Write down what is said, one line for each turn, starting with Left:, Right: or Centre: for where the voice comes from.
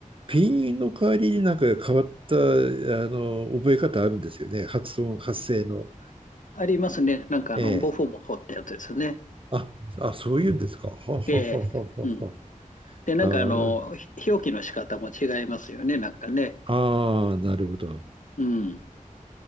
Right: ピンの代わりになんか変わった、あの、覚え方あるんですよね。発音、発声の。
Left: ありますね。なんかあの、
Right: ええ。
Left: ボフォモ法ってやつですね。
Right: あ、あ、そういうんですか。はははははは。
Left: ええ。うん。で、なんかあの、
Right: あー
Left: ひ表記の仕方も違いますよね。なんかね。
Right: あー、なるほど。
Left: うん。